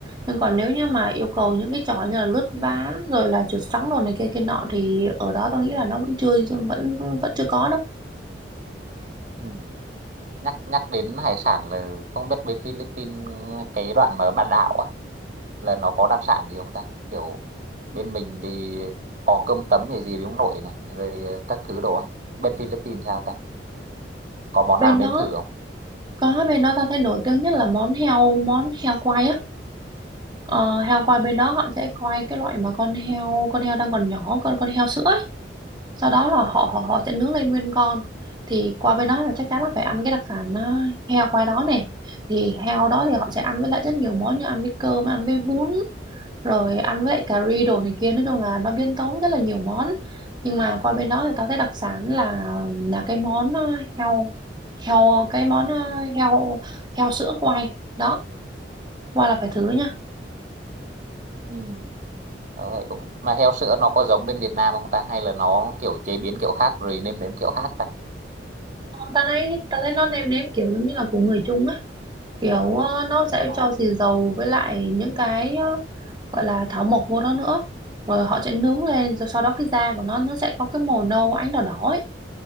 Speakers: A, on the right; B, on the right.
A: nhưng còn nếu như mà yêu cầu những cái trò như là lướt ván rồi là trượt sóng đồ này kia kia nọ thì ở đó tao nghĩ là nó vẫn chưa vẫn vẫn chưa có đâu
B: Ừ. nhắc nhắc đến hải sản là không biết bên Philippines cái đoạn mà bán đảo á là nó có đặc sản gì không ta kiểu bên mình thì có cơm tấm gì gì đúng nội này rồi các thứ đồ á bên Philippines sao ta có món
A: bên
B: nào nên
A: đó
B: thử không
A: có bên đó tao thấy nổi tiếng nhất là món heo món heo quay á ờ, heo quay bên đó họ sẽ quay cái loại mà con heo con heo đang còn nhỏ con con heo sữa ấy sau đó là
B: ờ
A: họ họ họ sẽ nướng lên nguyên con thì qua bên đó là chắc chắn là phải ăn cái đặc sản ờ, heo qua đó này thì heo đó thì họ sẽ ăn với lại rất nhiều món như ăn với cơm ăn với bún rồi ăn với lại cà ri đồ này kia nói chung là nó biến tấu rất là nhiều món nhưng mà qua bên đó thì tao thấy đặc sản là là cái món ờ, heo heo cái món ờ, heo heo sữa quay đó qua là phải thử nha
B: Ừ. đó vậy cũng mà heo sữa nó có giống bên Việt Nam không ta hay là nó kiểu chế biến kiểu khác rồi nêm nếm kiểu khác ta
A: tao thấy tao thấy nó nêm nếm kiểu giống như là của người Trung á kiểu ờ, nó sẽ
B: Ồ,
A: cho xì dầu với lại những cái ờ, gọi là thảo mộc vô đó nữa rồi họ sẽ nướng lên rồi sau đó cái da của nó nó sẽ có cái màu nâu ánh đỏ đỏ ấy